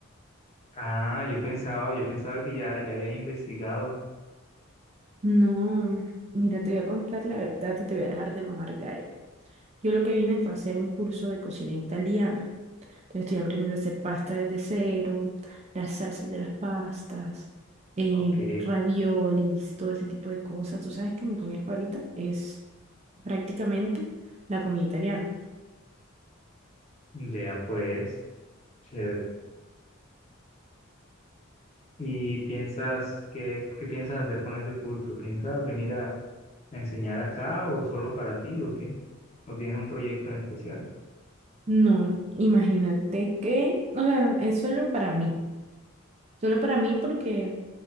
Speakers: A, on the left; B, on the right.
A: Ah, yo pensaba, yo pensaba que ya, ya habías investigado.
B: No, mira, te voy a contar la verdad y te voy a dejar de mamar gallo. Yo lo que vine fue a hacer un curso de cocina italiana. Entonces estoy aprendiendo a hacer pasta desde cero, las salsas de las pastas, eh,
A: Ok,
B: raviolis, todo ese tipo de cosas. Tú sabes que mi comida favorita es prácticamente la comida italiana.
A: vea pues. chévere. ¿Y piensas, qué, qué piensas hacer con ese curso? ¿Piensas venir a, a enseñar acá o solo para ti o qué? ¿O tienes un proyecto en especial?
B: No, imagínate que, o sea, es solo para mí. Solo para mí porque